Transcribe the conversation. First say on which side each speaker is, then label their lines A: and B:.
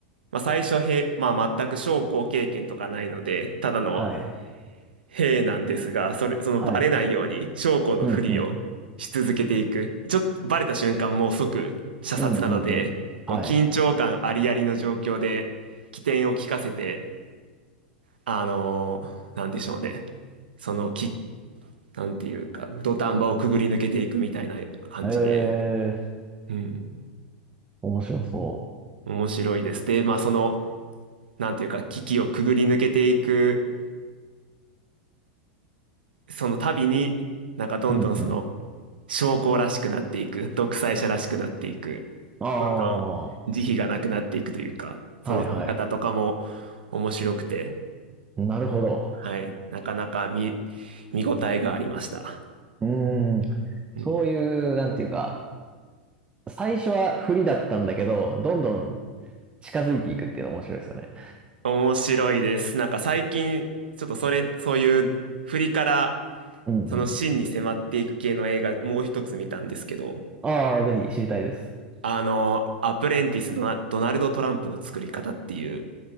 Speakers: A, on the right; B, on the right.
A: まあ、最初へ、まあ、全く将校経験とかないので、ただの
B: はい、
A: 兵なんですが、それ、そのバレないように将校のふりをし続けていく。
B: はい。うん、うん、
A: ちょっとバレた瞬間もう即射殺なので、
B: うん、うん、うん。はい。
A: もう緊張感ありありの状況で機転を利かせて、あのーなんでしょうね。そのき、なんていうか、土壇場をくぐり抜けていくみたいな感じで、
B: ええ
A: うん、
B: ー、面白そう。
A: 面白いです。で、まあその、なんていうか、危機をくぐり抜けていく、その度に、なんかどんどんその、
B: うんうん。
A: 将校らしくなっていく、独裁者らしくなっていく、
B: ああ、
A: どんどん慈悲がなくなっていくというか、
B: は
A: その姿とかも
B: いは
A: 面白くて、
B: い。なるほど。
A: はい、なかなか見、見応えがありました。
B: うーん。
A: うん、
B: そういう、なんていうか、最初は不利だったんだけど、どんどん近づいていくっていうの面白いですよね。
A: 面白いです。なんか最近、ちょっとそれ、そういう振りから、
B: うんうん。
A: その真に迫っていく系の映画、もう一つ見たんですけど、
B: ああ、ぜひ知りたいです。
A: あの、アプレンティスドナ、ドナルド・トランプの作り方っていう、